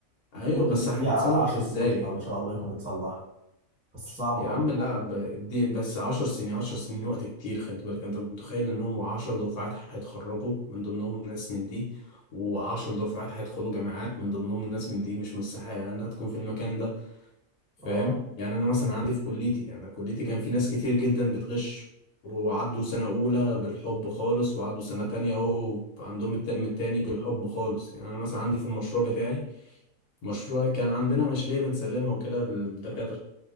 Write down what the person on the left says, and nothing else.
أيوة بس
هيتصلح
إزاي
يا
عم لا ب- دي بس عشر سنين عشر سنين وقت كتير خلي بالك أنت متخيل إن هم عشر دفعات هيتخرجوا من ضمنهم ناس من دي وعشر دفعات هيدخلوا جامعات من ضمنهم ناس من دي مش مستحقة إنها تكون في المكان ده فاهم
يعني انا مثلا عندي في كليتي يعني انا كليتي كان في ناس كتير جدا بتغش وعدوا سنة أولى بالحب خالص وعدوا سنة تانية أهو عندهم الترم التاني بالحب خالص يعني أنا مثلا عندي في المشروع بتاعي مشروع كان عندنا مشاريع بنسلمها وكده للدكاترة